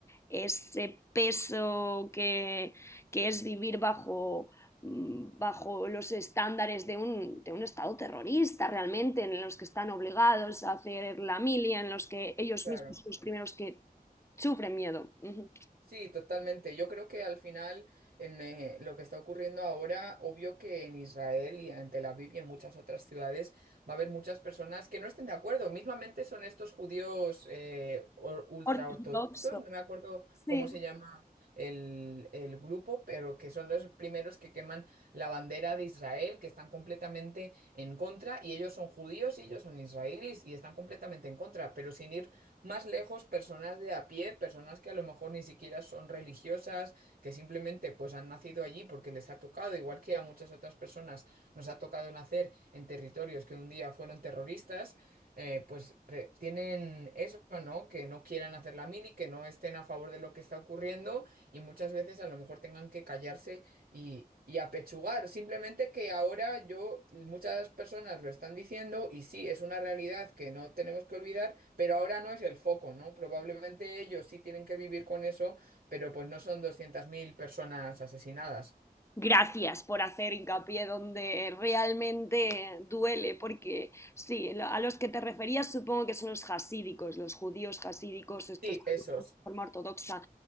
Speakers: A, on the left (about 15°); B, on the right (about 65°).
A: ese peso que, que es vivir bajo mm, bajo los estándares de un, de un, Estado terrorista realmente, en los que están obligados a hacer la milia, en los que ellos
B: claro.
A: mismos son los primeros que sufren miedo. Uh -huh.
B: Sí, totalmente. Yo creo que al final, en eh, lo que está ocurriendo ahora, obvio que en Israel y en Tel Aviv y en muchas otras ciudades va a haber muchas personas que no estén de acuerdo. Mismamente son estos judíos eh, or- ultraortodoxos,
A: Ortodoxo.
B: no me acuerdo
A: Sí.
B: cómo se llama el, el grupo, pero que son los primeros que queman la bandera de Israel, que están completamente en contra, y ellos son judíos y ellos son israelíes y están completamente en contra, pero sin ir más lejos personas de a pie, personas que a lo mejor ni siquiera son religiosas, que simplemente pues han nacido allí porque les ha tocado, igual que a muchas otras personas nos ha tocado nacer en territorios que un día fueron terroristas, eh, pues pre- tienen eso, ¿no? Que no quieran hacer la mili, que no estén a favor de lo que está ocurriendo y muchas veces a lo mejor tengan que callarse y, y apechugar. Simplemente que ahora yo, muchas personas lo están diciendo y sí, es una realidad que no tenemos que olvidar, pero ahora no es el foco, ¿no? Probablemente ellos sí tienen que vivir con eso, pero pues no son 200.000 personas asesinadas.
A: Gracias por hacer hincapié donde realmente duele, porque sí, lo- a los que te referías supongo que son los jasídicos los judíos jasídicos estos
B: Sí,
A: que
B: esos.
A: viven de forma ortodoxa.